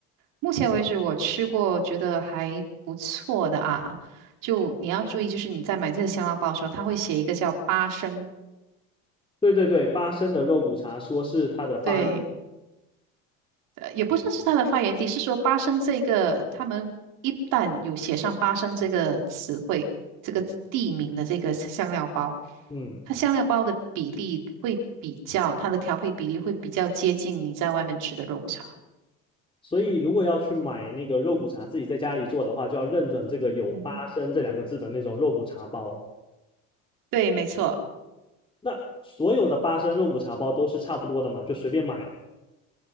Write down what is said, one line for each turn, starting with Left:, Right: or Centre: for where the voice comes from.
Right: 目前为止，我吃过觉得还不错的啊。就你要注意，就是你在买这个香料包的时候，它会写一个叫八升，
Left: 对对对，八升的肉骨茶说是它的发源。
Right: 对，呃，也不算是它的发源地，是说巴生这个，他们一旦有写上巴生这个词汇、这个地名的这个香料包，
Left: 嗯。
Right: 它香料包的比例会比较，它的调配比例会比较接近你在外面吃的肉骨茶。
Left: 所以如果要去买那个肉骨茶，自己在家里做的话，就要认准这个有“八升”这两个字的那种肉骨茶包。
Right: 嗯哼，对，没错，
Left: 那所有的八升肉骨茶包都是差不多的嘛，就随便买了。